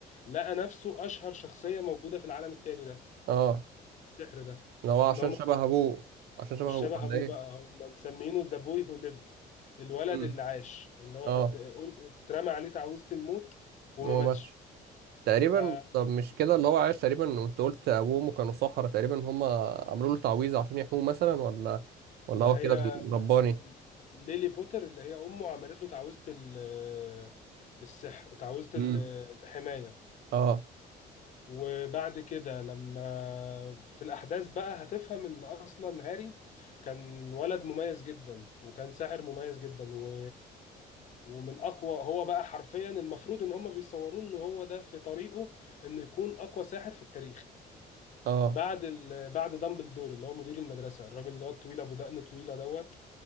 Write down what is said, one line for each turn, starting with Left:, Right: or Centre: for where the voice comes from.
Left: لقى نفسه اشهر شخصيه موجوده في العالم التاني ده
Right: اه
Left: السحر ده
Right: لو هو
Left: ان
Right: عشان
Left: هم
Right: شبه ابوه عشان
Left: مش
Right: شبه
Left: شبه
Right: ابوه ولا
Left: ابوه
Right: ايه
Left: بقى هم مسمينه ذا بوي هو ليفد الولد
Right: امم
Left: اللي عاش اللي هو
Right: اه
Left: ات- اترمى عليه تعويذه الموت وما
Right: هو
Left: ماتش
Right: ماتش تقريبا
Left: فما
Right: طب مش كده اللي هو عايش تقريبا وانت قلت ابوه وامه كانوا سحرة تقريبا هم عملوا له تعويذة عشان يحموه مثلا ولا ولا
Left: هي
Right: هو كده من- رباني
Left: ليلي بوتر اللي هي امه عملت له تعويذه ال- آه، السحر تعويذه
Right: امم
Left: ال- الحمايه
Right: اه
Left: وبعد كده لما في الأحداث بقى هتفهم إن أصلا هاري كان ولد مميز جدا وكان ساحر مميز جدا و... ومن أقوى هو بقى حرفيا المفروض إن هما بيصوروه إن هو ده في طريقه إنه يكون أقوى ساحر في التاريخ
Right: اه
Left: بعد ال... بعد دامبلدور اللي هو مدير المدرسة الراجل اللي هو الطويل أبو دقن طويلة دوت